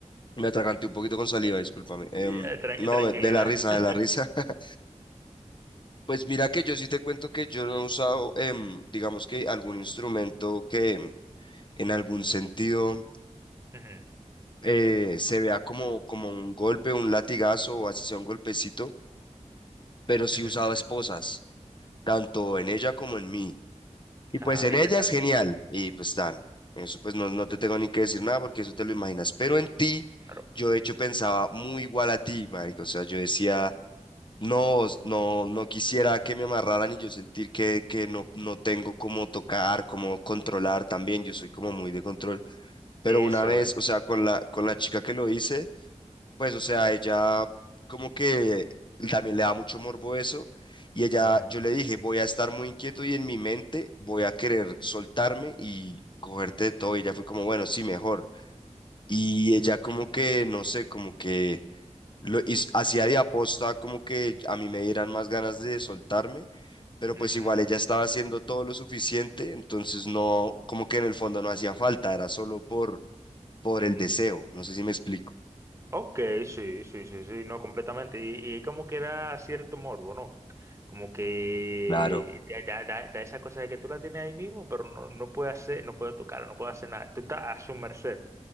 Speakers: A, on the left; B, on the right.
A: Me atraganté un poquito con saliva, discúlpame. Em,
B: Ya, tran-
A: no,
B: tranquilidad.
A: me- de la risa,
B: <laughs>
A: de la risa. <laughs> Pues mira que yo sí te cuento que yo no he usado, em, digamos que algún instrumento que em, en algún sentido.
B: Ujú,
A: eh, se vea como, como un golpe, un latigazo o así sea un golpecito, pero sí
B: ujú,
A: usaba
B: ujú.
A: esposas, tanto en ella como en mí. Y
B: Ajá,
A: pues en
B: ¿y
A: ella
B: qué tal?
A: es genial, y pues tan, eso pues no, no te tengo ni que decir nada porque eso te lo imaginas, pero en ti
B: Claro.
A: yo de hecho pensaba muy igual a ti, marico, o sea, yo decía... No, no, no quisiera que me amarraran y yo sentir que, que no, no tengo cómo tocar, cómo controlar también, yo soy
B: <laughs>
A: como muy de control. Pero
B: Eso
A: una vez,
B: es.
A: o sea, con la, con la chica que lo hice, pues, o sea, ella como que también le da mucho morbo eso. Y ella,
B: Ujú,
A: yo le dije, voy a estar muy inquieto y en mi mente voy a querer soltarme y cogerte de todo. Y ella fue como, bueno, sí, mejor. Y ella como que, no sé, como que lo hiz- hacía de aposta como que a mí me dieran más ganas de soltarme, pero
B: ujú,
A: pues igual
B: ujú,
A: ella estaba haciendo todo lo suficiente, entonces no, como que en el fondo no hacía falta, era solo por, por el
B: ujú.
A: deseo. No sé si me explico.
B: Ok, sí, sí, sí, sí, no, completamente. Y, y como que da cierto morbo, ¿no? Como que
A: claro.
B: da, da- da- da esa cosa de que tú la tienes ahí mismo, pero no, no puede hacer, no puede tocar, no puede hacer nada. Tú estás a su merced.